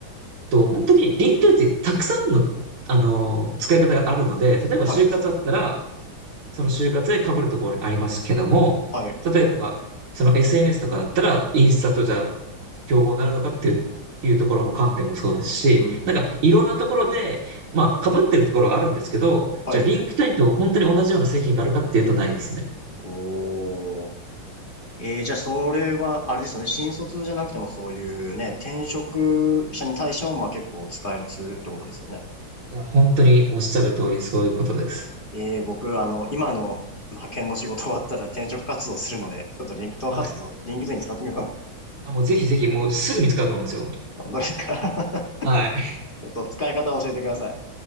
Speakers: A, on the right; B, on the left.
A: と、本当に LinkedIn ってたくさんの、あのー使い方があるので、例えば就活だったら、
B: はい。
A: その就活で被るところありますけども、
B: はい。
A: 例えば、その SNS とかだったら、インスタとじゃあ、競合になるのかっていう、っていうところも観点もそうですし、
B: うん。
A: なんかいろんなところで、まあ被ってるところはあるんですけど、
B: はい。
A: じゃあ LinkedIn と本当に同じような製品があるかっていうとないですね。
B: おー。えーじゃあそれは、あれですよね。新卒じゃなくてもそういうね、転職者に対してもまあ結構使えるツールってことですよね。
A: いや、本当におっしゃる通りそういうことです。
B: ええ僕、あの、今のの派遣の仕事終わったら転職活動するので、ちょっとリンクト活動、
A: はい。
B: リンクトイン使ってみようかな。
A: あ、もうぜひぜひ、もうすぐ見つかると思うんですよ。
B: 本当ですか <laughs> ち
A: はい。
B: ょっと使い方を教えてください。